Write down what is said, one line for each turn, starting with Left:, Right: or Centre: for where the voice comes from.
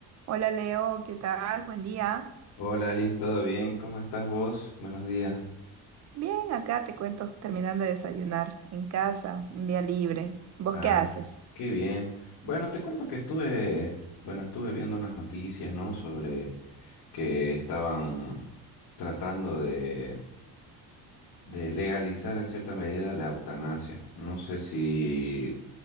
Right: Hola Leo, ¿qué tal? Buen día.
Left: Hola Ali, ¿todo bien? ¿Cómo estás vos? Buenos días.
Right: Bien, acá te cuento, terminando de desayunar en casa, un día libre. ¿Vos
Left: Ay,
Right: qué haces?
Left: qué bien. Bueno, te cuento que estuve, bueno, estuve viendo unas noticias, ¿no? Sobre que estaban tratando de, de legalizar en cierta medida la eutanasia. No sé si